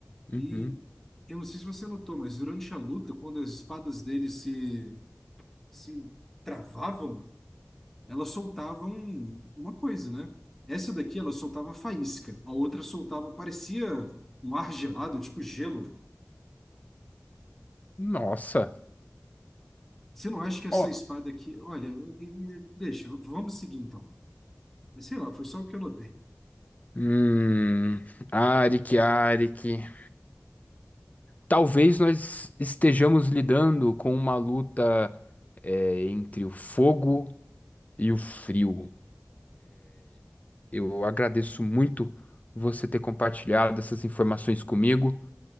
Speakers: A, on the left; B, in the centre.
A: uhum.
B: E eu não sei se você notou, mas durante a luta, quando as espadas dele se, se travavam, elas soltavam uma coisa, né? Essa daqui, ela soltava faísca. A outra soltava, parecia um ar gelado, tipo gelo.
A: Nossa.
B: Você não acha que essa
A: Ó.
B: espada aqui. Olha, eu- eu- eu- deixa, vamos seguir então. Sei lá, foi só o que eu notei.
A: Hum, Arik, Arik. Talvez nós estejamos lidando com uma luta é, entre o fogo e o frio. Eu agradeço muito você ter compartilhado essas informações comigo.